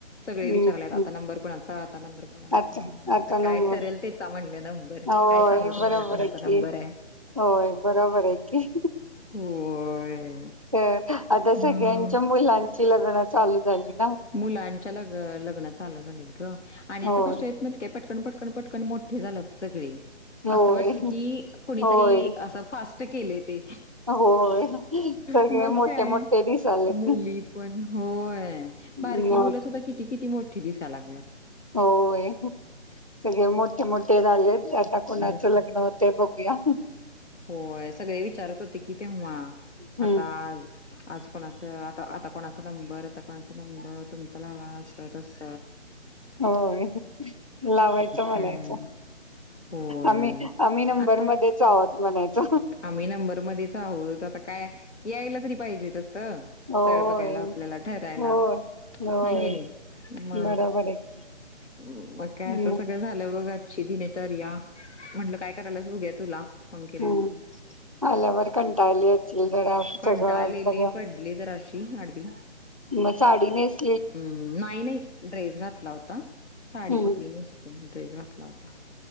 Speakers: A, on the left; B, on the right.
A: सगळे
B: हम्म
A: विचारलेत आता नंबर कोणाचा आता नंबर कोणाचा
B: आता
A: आता
B: नंबर
A: काय? ठरेल तेचा म्हणलं नंबर
B: होय
A: काय सांगू तुम्हाला
B: बरोबर
A: कोणाचा
B: आहे की
A: नंबर आहे.
B: होय बरोबर आहे की
A: होय
B: तर आता सगळ्यांच्या
A: मग
B: मुलांची लग्न चालू झाली ना.
A: मुलांच्या लग लग्न चालू झालेत ग आणि आता
B: होय
A: कस आहेत. म केपट कनपट कनपट कण मोठे झालात. सगळे
B: होय
A: असं वाटत की कोुणीतरी
B: होय
A: असं फास्ट केलं ते
B: होय सगळे
A: मग
B: मोठे
A: काय
B: मोठे दिसालेत
A: मुली पण होय.
B: मग
A: बारकी मुलं सुद्धा किती किती मोठी दिसा लागणार
B: होय. सगळे मोठे मोठे झाले आता कुणाचं
A: तेच ना.
B: लग्न होते बघूया.
A: होय सगळे विचारत होते कि तेव्हा
B: हम्म
A: आता आज आज कोणाच? आता कोणाचा नंबर आता कोणाचा नंबर तुमचा लावा अस तस
B: होय लावायचं म्हणायचं.
A: काय. होय
B: आम्ही आम्ही नंबर
A: आता
B: मध्येच आहोत म्हणायच
A: आम्ही नंबरमध्येच आहोत आता काय यायला तरी पाहिजे तस स्थळ
B: होय
A: बघायला आपल्याला ठरायला
B: होय होय
A: नाहीे गेली म
B: बरोबर आहे की
A: मग काय
B: हम्म
A: असं सगळं झाल्याव बघ. दिनचर्या म्हटलं काय करायल्यास बघूया तुला फोन केला.
B: हां <inaudible> आल्यावरर कंटाळली असील जरा
A: कंटाळलेले
B: सगळ बघं.
A: पडले जराशी आडवी
B: मग साडीनेच
A: हम्म नाही नाही ड्रेस घातला होता साडी
B: हम्म.
A: कुठली नाही. ड्रेस घातला होता